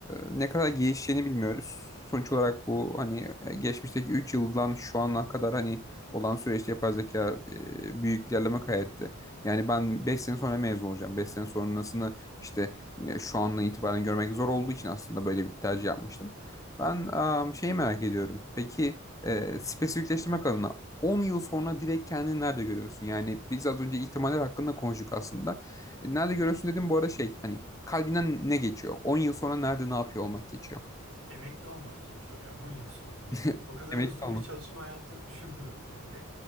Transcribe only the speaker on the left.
ne kadar gelişeceğini bilmiyoruz. Sonuç olarak bu hani e, geçmişteki 3 yıldan şu ana kadar hani olan süreçte yapay zeka e, büyük ilerleme kaydetti. Yani ben 5 sene sonra mezun olacağım. 5 sene sonrasını işte e, şu anla itibaren görmek zor olduğu için aslında böyle bir tercih yapmıştım. Ben am, şeyi merak ediyorum. Peki e, spesifikleştirmek adına 10 yıl sonra direkt kendini nerede görüyorsun? Yani biz az önce ihtimaller hakkında konuştuk aslında. E, Nerede görüyorsun dedim bu arada şey hani kalbinden ne geçiyor? 10 yıl sonra nerede ne yapıyor olmak geçiyor.
<laughs>
Emekli
olmak.